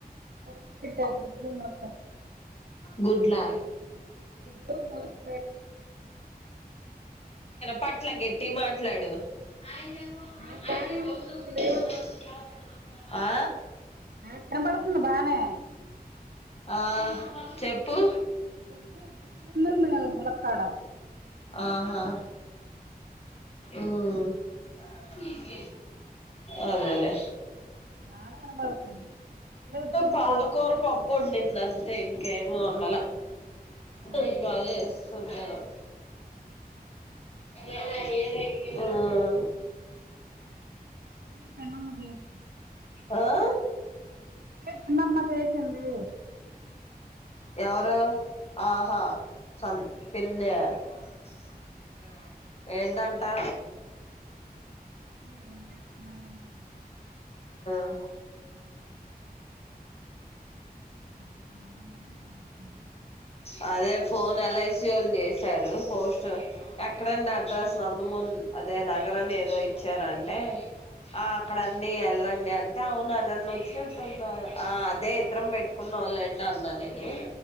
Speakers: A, on the right; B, on the left.
A: పులుసు పెట్టా గుడ్లు ములక్కాయ
B: గుడ్లా
A: ద మలారస
B: పట్ల గట్టిగ మాట్లాడు ఆయ
A: నాకు
B: ఆయ
A: బానే
B: బ
A: అనిపిస్తుంది
B: ఆ
A: నాకు వినపడుతుంది బానే
B: ఆ చెప్పు
A: గుడ్లు గుడ్లును ములక్కాడ
B: ఆహా ఉమ్మ్ తీక అదేలేే
A: బానే వినపడుతుంది ఇప్పుడే పిన్ని
B: పాలకూర
A: చేసింది
B: పప్పు వండిందన్ అంతే ఇంకేం వొండలా హుం
A: ఆ
B: బాజేస్ కుండలో ఎ ఏ ఉమ్మ్
A: చి పెన్ అన్న తేవాల్సింది.
B: ఆ
A: లే చిన్నమ్మ చేసింది.
B: ఎవరు ఆహా సన్ పిన్న ఆ ఏంటంటా
A: ఏం చేస్తున్నారని చూస్తున
B: <inaudible>
A: ఆహా! ఏం అవుతుంది.
B: ఆ అదే ఫోన్ ఎల్ఐసి వోల్ చేశారు పోస్ట్ ఎక్కడండి అడ్రస్ నందమూర్ అదే నగరని ఏదో ఇచ్చారంటే ఆ అక్కడండి ఎల్లం డి అంటే అవునా నన్ను వచ్చినట్టున్న ఆ అదే ఇద్దరం పెట్టుకున్నమ్ లెండి అన్న నే ను